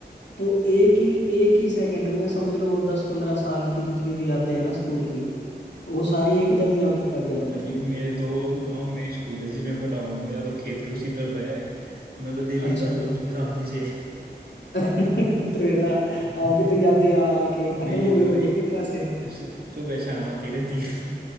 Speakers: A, on the left; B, on the right.
A: तो
B: हाँ
A: एक ही एक ही सेकंड में समझ लो वो दस पंद्रह साल की जितनी भी यादें हैं ना स्कूल की वो सारी एकदम ही आंखों के आगे आ जाती
B: भाई
A: हैं
B: मेरे तो
A: जी भाई
B: गांव में ही स्कूल है जिसमें पढ़ा हूँ मेरा तो खेत भी उसी तरफ है मैं तो डेली
A: अच्छा
B: जाता
A: जी
B: हूँ उसके सामने से
A: <laughs> तो ये था आपकी
B: <laughs>
A: तो यादें आके
B: मेरी
A: खत्म हो गई
B: तो
A: होगी
B: भाई
A: कि कैसे है
B: सु- सुबह शाम आती रहती है